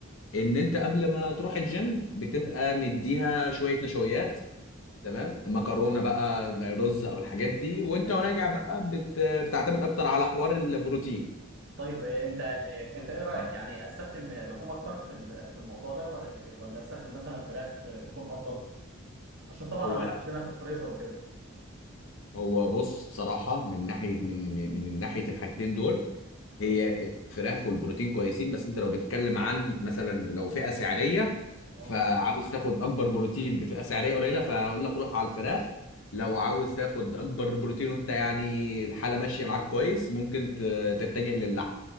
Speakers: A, on the left; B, on the right.
A: ان انت قبل ما تروح الجيم بتبقى مديها شويه نشويات تمام مكرونه بقى رز او الحاجات دي وانت
B: آه.
A: راجع بقى بت... بتعتمد اكتر على حوار البروتين
B: طيب آه، انت آه، انت ايه رايك
A: اه
B: يعني استخدم لحوم اكتر في ال- في الموضوع ده ولا آه، ولا استخدم مثلا فراخ آه، تكون افضل عشان طبعا
A: هو
B: انا
A: لا
B: هخزنها في الفريزر وكده
A: هو بص بصراحه من ناحيه من من من ناحيه الحاجتين دول
B: مم.
A: هي فراخ والبروتين كويسين بس انت لو بتتكلم عن مثلا لو فئه سعريه
B: اه
A: فعاوز تاخد اكبر بروتين بفئه سعريه قليله فاقول لك روح على الفراخ لو عاوز تاخد اكبر بروتين وانت يعني الحاله ماشيه معاك كويس ممكن ت- تتجه للحم